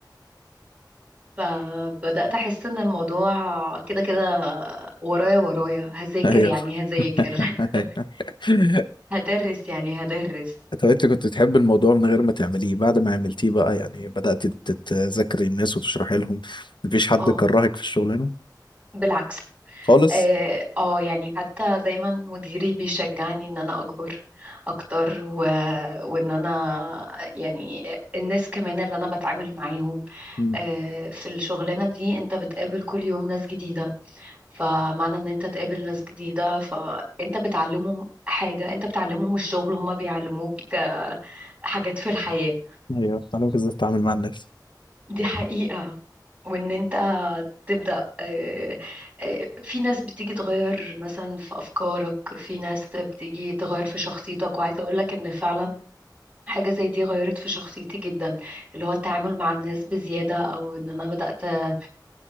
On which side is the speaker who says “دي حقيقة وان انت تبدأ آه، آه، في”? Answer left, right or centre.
Right